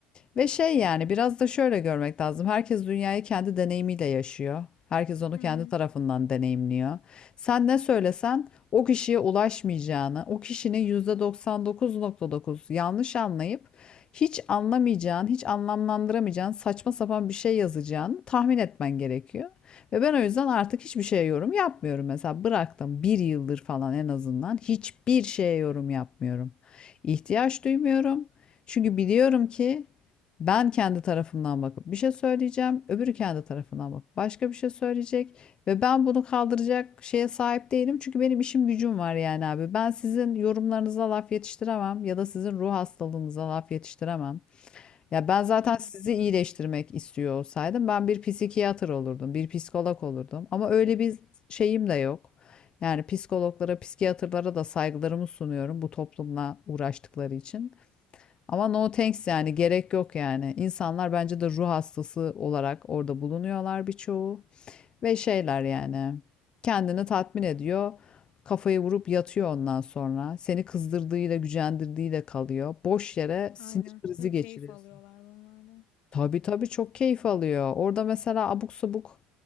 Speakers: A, on the left; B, on the left.
A: Ve şey yani biraz da şöyle görmek lazım. Herkes dünyayı kendi deneyimiyle yaşıyor. Herkes onu
B: Hı
A: kendi
B: hı.
A: tarafından deneyimliyor. Sen ne söylesen
B: Evet.
A: o kişiye ulaşmayacağını, o kişinin %99.9 yanlış anlayıp hiç anlamayacağın, hiç anlamlandıramayacağın, saçma sapan bir şey yazacağını tahmin etmen gerekiyor. Ve ben o yüzden artık hiçbir şeye yorum yapmıyorum. Mesela bıraktım bir yıldır falan en azından hiçbir şeye yorum yapmıyorum. İhtiyaç duymuyorum. Çünkü biliyorum ki ben kendi tarafımdan bakıp bir şey söyleyeceğim, öbürü kendi tarafından bakıp başka bir şey söyleyecek ve ben bunu kaldıracak şeye sahip değilim çünkü benim işim gücüm var yani abi. Ben sizin yorumlarınıza laf yetiştiremem ya da sizin ruh hastalığınıza laf yetiştiremem. Ya ben
B: Tabii
A: zaten
B: canım.
A: sizi iyileştirmek istiyor olsaydım ben bir psikiyatr olurdum, bir psikolog olurdum ama öyle bir şeyim de yok. Yani psikologlara, psikiyatrlara da saygılarımı sunuyorum bu toplumla uğraştıkları için. Ama no thanks yani gerek yok yani. İnsanlar bence de ruh hastası olarak orada bulunuyorlar birçoğu. Ve şeyler yani kendini tatmin ediyor. Kafayı vurup yatıyor ondan sonra. Seni kızdırdığıyla gücendirdiğiyle kalıyor. Boş yere sinir
B: Aynen.
A: krizi
B: Ve
A: geçiriyorsun.
B: keyif alıyorlar bunlardan.
A: Tabii tabii çok keyif alıyor. Orada mesela abuk sabuk